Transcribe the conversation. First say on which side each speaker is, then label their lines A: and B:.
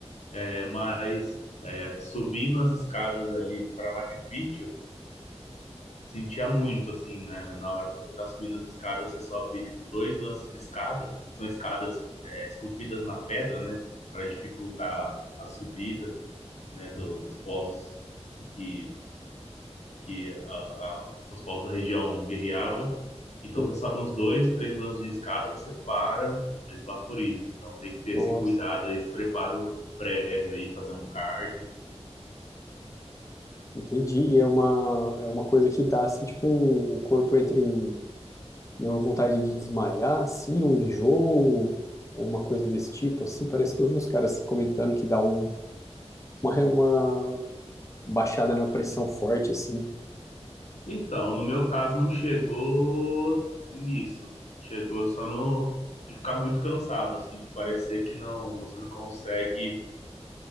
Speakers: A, on the left (about 75°); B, on the left (about 25°).
A: é, mas Subindo as escadas ali para Machu Picchu, sentia muito, assim, né? Na hora que você tá subindo as escadas, você sobe, tipo, dois lances de escada. São escadas, é, esculpidas na pedra, né? Para dificultar a subida, né? do- dos povos que, que a- a- os povos da região guerreavam. Então,
B: Sim.
A: você sobe uns dois, três lances de escada, você para, é esbaforido. Então, tem que ter
B: Nossa,
A: esse cuidado aí, esse preparo prévio aí, fazer um cardio
B: entendi. E É uma, é uma coisa que dá, assim, tipo, um- o corpo entra em né, uma vontade de desmaiar, assim, um enjoo, é uma coisa desse tipo, assim, parece que eu vi uns caras comentando que dá um, uma, re- uma baixada na pressão forte, assim.
A: Então, no meu caso, não chegou nisso. Chegou só no de ficar muito cansado, assim, de parecer que não, você não consegue